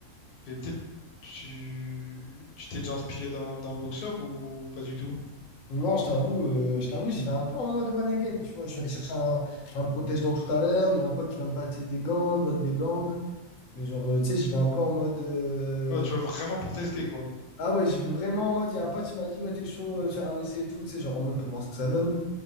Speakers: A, on the left; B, on the left.
A: Et peut-être tu tu t'es déjà inspiré d'un d'un boxeur ou pas du tout?
B: Non, je t'avoue, euh, je t'avoue, j'y vais un peu en mode one again, tu vois. Je suis allé chercher un, un protège-dents tout à l'heure. Il y a un pote qui va me passer des gants, d'autres des bandes. Mais genre, euh, tu sais, j'y vais un peu en mode. euh,
A: Ouais, tu vas vraiment pour tester, quoi.
B: Ah ouais, j'y vais vraiment en mode. Il y a un pote qui m'a dit, ouais, t'es chaud, euh, faire un essai et tout, tu sais, genre en mode pour voir ce que ça donne.